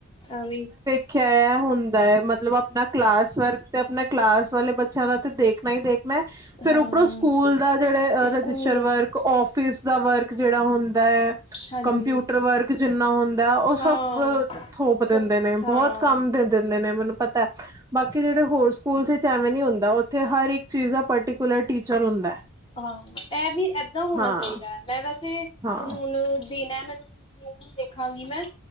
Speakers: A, on the left (about 25°); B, on the right (about 15°).
A: ਐਵੀਂ
B: ਖਿਆ ਹੁੰਦਾ ਹੈ ਮਤਲਬ ਆਪਣਾ ਕਲਾਸ ਵਰਕ ਤੇ ਆਪਣਾ ਕਲਾਸ ਵਾਲੇ ਬੱਚਿਆਂ ਦਾ ਤੇ ਦੇਖਣਾ ਹੀ ਦੇਖ ਮੈਂ ਫਿਰ
A: ਹਾਂ
B: ਉਪਰੋਂ ਸਕੂਲ ਦਾ ਜਿਹੜੇ
A: ਸਕੂਲ
B: ਰਜਿਸਟਰ ਵਰਕ ਆਫਿਸ ਦਾ ਵਰਕ ਜਿਹੜਾ ਹੁੰਦਾ ਐ।
A: ਹਾਂਜੀ
B: ਕੰਪਿਊਟਰ
A: ਹਾਂਜੀ
B: ਵਰਕ ਜਿੰਨਾ ਹੁੰਦਾ ਉਹ
A: ਹਾਂ
B: ਸਭ ਥੋਪ ਦਿੰਦੇ
A: ਸਭ
B: ਨੇ
A: ਹਾਂ
B: ਬਹੁਤ ਕੰਮ ਦੇ ਦਿੰਦੇ ਨੇ ਮੈਨੂੰ ਪਤਾ ਬਾਕੀ ਜਿਹੜੇ ਹੋਰ ਸਕੂਲ 'ਚ ਐਵੇਂ ਨੀ ਹੁੰਦਾ ਉੱਥੇ ਹਰ ਇੱਕ ਚੀਜ਼ ਦਾ ਪਾਟੀ ਕੁਲਰ ਸਕੂਲ ਟੀਚਰ ਹੁੰਦਾ।
A: ਹਾਂ ਇਹ ਵੀ ਏਦਾਂ ਹੋਣਾ
B: ਹਾਂ
A: ਚਾਹੀਦਾ ਮੈਂ ਵੈਸੇ
B: ਹਾਂ
A: ਹੁਣ ਦੇਨਾ ਮੈਨੂੰ ਵੀ ਰੂਲ ਦੇਖਾਂਗੀ ਮੈਂ